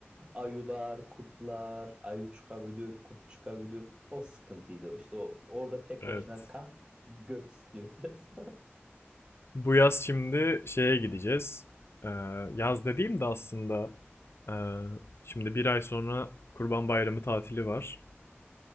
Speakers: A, on the right (about 20°); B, on the left (about 65°).
A: Ayular, kurtlar, ayı çıkabilir, kurt çıkabilir. O sıkıntıydı. İşte o orada tek
B: Evet.
A: başına kamp göt istiyor biraz.
B: Bu yaz şimdi şeye gideceğiz. Ee, yaz dediğim de aslında ee, şimdi bir ay sonra Kurban Bayramı tatili var.